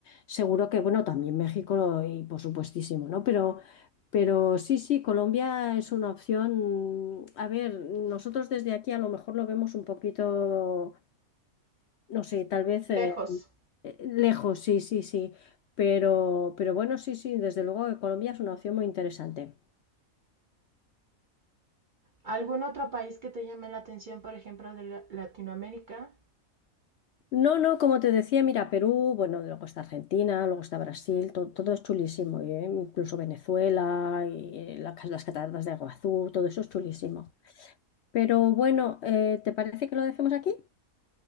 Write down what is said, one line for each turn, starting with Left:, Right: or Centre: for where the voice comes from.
Left: Seguro que, bueno, también México lo- y por supuestísimo, ¿no? Pero, pero sí, sí, Colombia es una opción. A ver, nosotros desde aquí a lo mejor lo vemos un poquito, no sé, tal vez
Right: lejos.
Left: eh, eh, lejos, sí, sí, sí. Pero, pero bueno, sí, sí, desde luego que Colombia es una opción muy interesante.
Right: ¿Algún otro país que te llame la atención, por ejemplo, de la- Latinoamérica?
Left: No, no, como te decía, mira, Perú, bueno, luego está Argentina, luego está Brasil, to- todo es chulísimo, y, eh, incluso Venezuela y eh, la las cataratas de Iguazú, todo eso es chulísimo. Pero bueno, eh, ¿te parece que lo dejemos aquí?